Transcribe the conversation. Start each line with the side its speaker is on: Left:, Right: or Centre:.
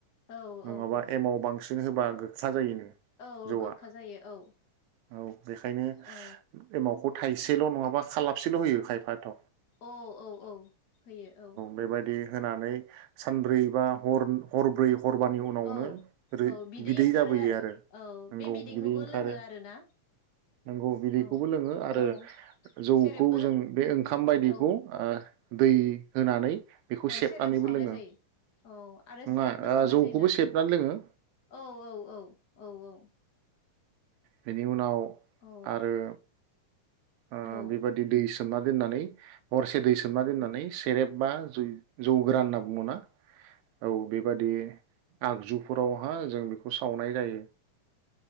Left: औ
Right: नङाबा
Left: औ
Right: एमाव बां बांसिन होबा गोखा जायोनो
Left: औ
Right: जौआ
Left: गोखा जायो औ
Right: औ बेखायनो
Left: औ
Right: एमाव बेखौ थाइसेल' नङाबा खालाबसेल' होयो खायफाथ'
Left: औ औ औ। होयो औ।
Right: बेबायदि होनानै सानब्रै बा हरब्रै हरबानि उनावनो
Left: औ औ
Right: बिदै
Left: ओंखारो
Right: जाबोयो आरो
Left: औ
Right: नंगौ
Left: बे बिदैखौबो
Right: बिदै ओंखारो
Left: लोङो आरोना
Right: नंगौ बिदैखौबो
Left: औ
Right: लोंङो आरो
Left: औ
Right: जौखौ
Left: सेरेबबो
Right: जों बे ओंखाम बायदिखौ
Left: औ
Right: दै होनानै बेखौ
Left: ओ
Right: सेबनानैबो
Left: सेरेब सावनाय
Right: लोङो
Left: जायो औ आरो
Right: नङा
Left: सेरेबबो
Right: ओ
Left: सावनाय
Right: जौखौबो
Left: जायो ना
Right: सेबनानै लोङो
Left: औ औ औ औ औ
Right: बिनि उनाव
Left: औ
Right: आरो आ
Left: औ
Right: बेबादि दैसा सोमना दोननानै हरसे दै सोमना दोननानै सेरेब बा जै जौगोरा होनना बुङो ना? औ बेबादि आगजुफोरावहा जों बेखौ सावनाय जायो।